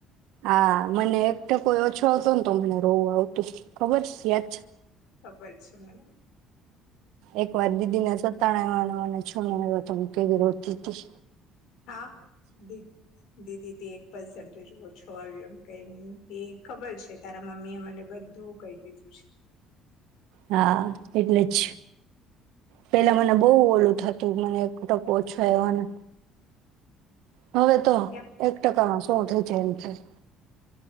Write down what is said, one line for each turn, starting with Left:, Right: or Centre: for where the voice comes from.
Right: હા મને એક ટકોઈ ઓછો આવતો ને તો મને રોવ આવતું ખબર છે યાદ છે.
Left: ખબર છે મને.
Right: એક વાર દીદી <unintelligible> <unintelligible> તો કેવી રોતી તી.
Left: હા, દી દીધી તી એક પર્સન. તે જુ ઓછો આવ્યો એમ કંઈક એ ખબર છે, તારા મમ્મી એ મને બધું કઈ દીધું છે.
Right: હા એટલે જ, પેલા મને બઉ ઓલું થતું, મને તકો ઓછું એવા ને હવે તો
Left: એમ
Right: એક ટકામાં સો થઈ. જેમ થાઈ